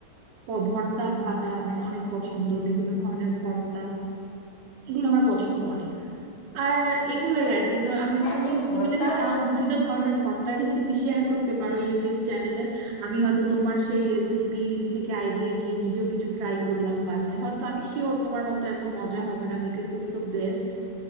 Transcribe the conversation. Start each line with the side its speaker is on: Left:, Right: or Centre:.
Right: প- ভর্তা বাটা আমার অনেক পছন্দ বিভিন্ন ধরনের ভর্তা এগুলো আমার পছন্দ অনেক আর এগুলাই
Left: হ্যাঁ
Right: আর কি তো আমি
Left: হ্যাঁ
Right: তুমি
Left: এই ভর্তার
Right: তুমি যদি চাও বিভিন্ন ধরনের ভর্তার রেসিপি শেয়ার করতে পারো ইউটিউব চ্যানেলে আমি হয়তো তোমার সেই রেসিপি থেকে আইডিয়া নিয়ে নিজেও কিছু ট্রাই করলাম বাসায় হয়তো আমি শিওর তোমার মতো এত মজা হবে না বিকজ তুমি তো বেস্ট